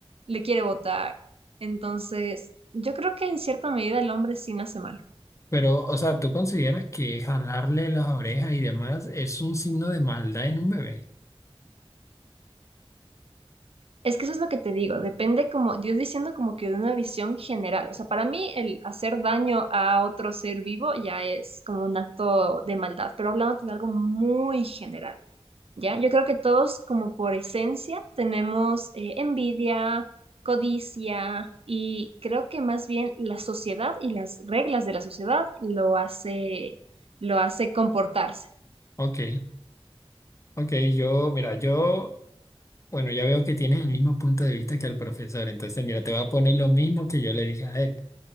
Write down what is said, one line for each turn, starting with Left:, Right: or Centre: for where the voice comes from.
Right: le quiere botar. Entonces, yo creo que en cierta medida el hombre sí nace malo.
Left: Pero, o sea, ¿tú consideras que jalarle las orejas y demás es un signo de maldad en un bebé?
Right: Es que eso es lo que te digo, depende como, yo diciendo como que de una visión general, o sea, para mí el hacer daño a otro ser vivo ya es como un acto de maldad, pero hablándote de algo muy general, ¿ya? Yo creo que todos como por esencia tenemos eh, envidia, codicia y creo que más bien la sociedad y las reglas de la sociedad lo hace, lo hace comportarse.
Left: Ok, ok, yo, mira, yo, bueno, ya veo que tienes el mismo punto de vista que el profesor, entonces, mira, te voy a poner lo mismo que yo le dije a él.